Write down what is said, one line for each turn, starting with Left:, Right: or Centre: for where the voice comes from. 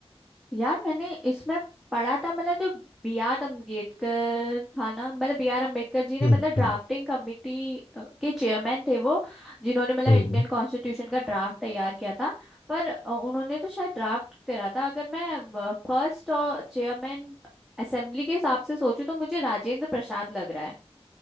Centre: यार मैंने इसमें पढ़ा था मतलब जो बी आर अम्बेडकर था ना मतलब बी आर अम्बेडकर जी ने
Left: हम्म
Centre: मतलब ड्राफ्टिंग
Left: हम्म
Centre: कमेटी के चेयरमैन थे वो जिन्होंने मतलब
Left: हम्म
Centre: इंडियन कॉन्स्टिट्यूशन का ड्राफ्ट तैयार किया था पर अ, उन्होंने तो शायद ड्राफ्ट करा था अगर मैं फर्स्ट और चेयरमैन असेंबली के हिसाब से सोचूं तो मुझे राजेंद्र प्रसाद लग रहा है